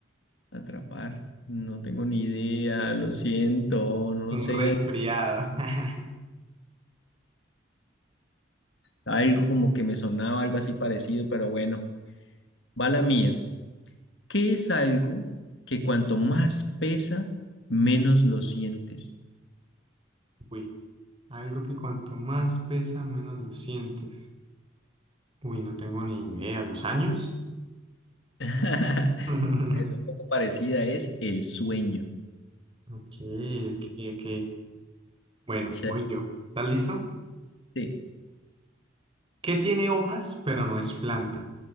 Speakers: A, on the left; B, on the right.
A: atrapar. No tengo ni idea, lo siento, no lo
B: Un
A: sé.
B: resfriado. <laughs>
A: Algo como que me sonaba algo así parecido, pero bueno, va la mía. ¿Qué es algo que cuanto más pesa, menos lo sientes?
B: Uy. Algo que cuanto más pesa, menos lo sientes. Uy, no tengo ni idea. ¿Los años?
A: <laughs>
B: <laughs>
A: Es un poco parecida, es el sueño.
B: Ok, ok, ok. Bueno,
A: O sea,
B: voy yo. ¿Estás listo?
A: sí,
B: ¿Qué tiene hojas, pero no es planta?